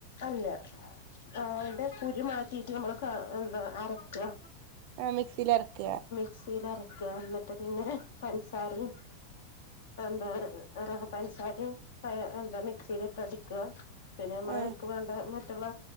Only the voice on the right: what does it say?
ആ മിക്സിയില് അരക്ക.
ആഹ്